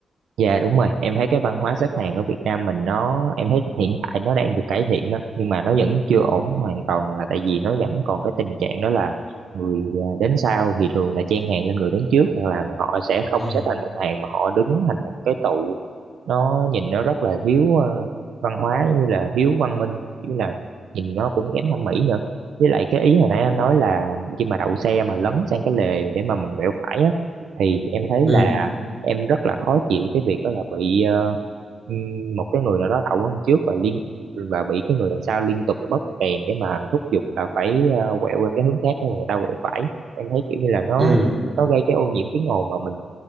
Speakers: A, on the right (about 85°); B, on the right (about 30°).
A: Dạ đúng rồi, em thấy cái văn hóa xếp hàng ở Việt Nam mình nó em thấy hiện tại nó đang được cải thiện đó, nhưng mà nó vẫn chưa ổn hoàn toàn là tại vì nó vẫn còn cái tình trạng đó là người à, đến sau thì thường là chen hàng lên người đến trước hoặc là họ sẽ không
B: Ừ.
A: xếp thành một hàng mà họ đứng thành một cái tụ nó nhìn nó rất là thiếu ờ, văn hóa giống như là thiếu văn minh như là nhìn nó cũng kém thẩm mỹ nữa với lại cái ý hồi nãy anh nói là khi mà đậu xe mà lấn sang cái lề để mà mình quẹo phải á thì em thấy
B: ừ
A: là em rất là khó chịu cái việc đó là bị ờ, ừm, một cái người nào đó đậu hơn trước và liên và bị cái người đằng sau liên tục bóp kèn để mà thúc giục là phải ờ, quẹo qua cái hướng khác để mà người ta quẹo phải em thấy kiểu như là nó
B: Ừ,
A: nó gây cái ô nhiễm tiếng ồn mà mình